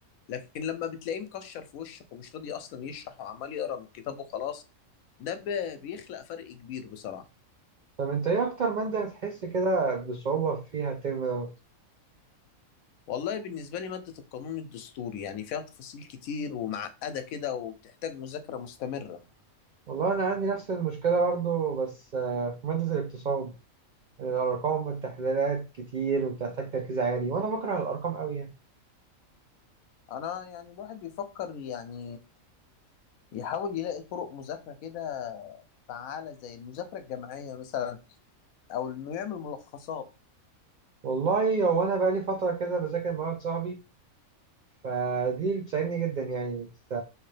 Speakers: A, on the left; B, on the right.
A: لكن لما بتلاقيه مكشر في وشك ومش راضي اصلا يشرح وعمال يقرا من الكتاب وخلاص ده ب- بيخلق فرق كبير بصراحة
B: طب أنت إيه أكتر مادة بتحس كده بصعوبة فيها الترم دوت؟
A: والله بالنسبة لي مادة القانون الدستوري يعني فيها تفاصيل كتير ومعقدة كده وبتحتاج مذاكرة مستمرة
B: والله أنا عندي نفس المشكلة برضو بس آه، في مادة الاقتصاد الأرقام والتحليلات كتير وبتحتاج تركيز عالي وأنا بكره الأرقام أوي يعني.
A: انا يعني الواحد بيفكر يعني يحاول يلاقي طرق مذاكرة كده فعالة زي المذاكرة الجماعية مثلا او انه يعمل ملخصات
B: والله هو انا بقالي فتره كده بذاكر مع واحد صاحبي فدي بتساعدني جدا يعني بت...